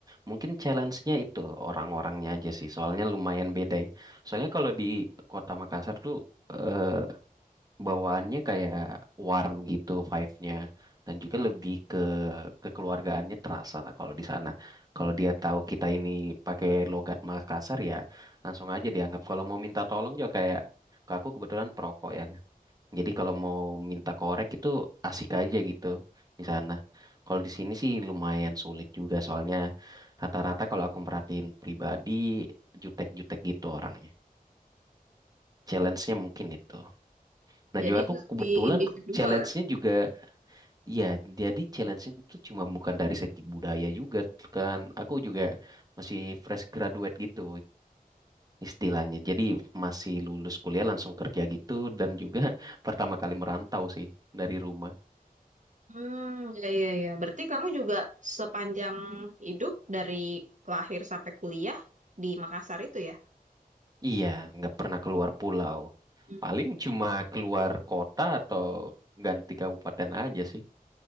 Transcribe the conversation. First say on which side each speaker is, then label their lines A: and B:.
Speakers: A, on the right (about 25°); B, on the right (about 55°).
A: mungkin challenge-nya itu orang-orangnya aja sih. Soalnya lumayan beda ya. Soalnya kalau di Kota Makassar tuh eh, bawaannya kayak warm gitu vibe-nya dan juga lebih ke kekeluargaannya terasa lah kalau di sana. Kalau dia tahu kita ini pakai logat Makassar ya, langsung aja dianggap. Kalau mau minta tolong juga kayak Aku kebetulan perokok ya, jadi kalau mau minta korek itu asik aja gitu di sana. Kalau di sini sih lumayan sulit juga soalnya rata-rata kalau aku merhatiin pribadi jutek-jutek gitu orangnya. Challenge-nya mungkin itu. Dan
B: Jadi
A: juga aku
B: lebih
A: kebetulan
B: individual
A: challenge-nya juga ya jadi challenge-nya itu cuma bukan dari segi budaya juga kan. Aku juga masih fresh graduate gitu istilahnya. Jadi masih lulus kuliah langsung kerja gitu dan juga <laughs> pertama kali merantau sih dari rumah.
B: Hmm, ya, ya, ya. Berarti kamu juga sepanjang hidup dari lahir sampai kuliah di Makassar itu ya?
A: Iya, nggak pernah keluar pulau.
B: Hmm.
A: Paling cuma keluar kota atau ganti kabupaten aja sih.